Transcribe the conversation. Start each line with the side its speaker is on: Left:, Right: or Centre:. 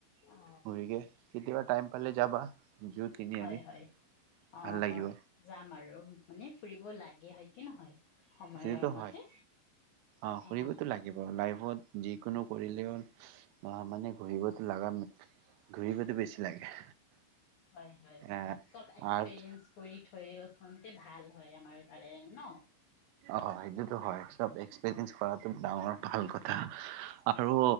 Left: অ
Right: গৰিকে কেতিয়াবা টাইম পালে যাবা। জু তিনিআলি
Left: হয় -হয়, অহ
Right: ভাল লাগিব
Left: ', যাম আৰু মানে ফুৰিব লাগে হয় কি নহয়। সময়ৰ
Right: সেইটোতো
Left: মতে
Right: হয়। অহ ',
Left: অ
Right: ফুৰিবতো লাগিব লাইফত যিকোনো কৰিলেও, অহ ', মানে ঘূৰিবতো লাগা, ঘূৰিবতো বেছি লাগে।
Left: হয়- হয়,
Right: এ
Left: চব এক্সপিৰিয়েন্স
Right: আৰ্ট
Left: কৰি থৈও <unintelligible> ভাল হয় আমাৰ কাৰণে ন।
Right: অহ ', সেইটোতো হয় চব এক্সপিৰিয়েন্স কৰা ডাঙৰ ভাল কথা, আৰু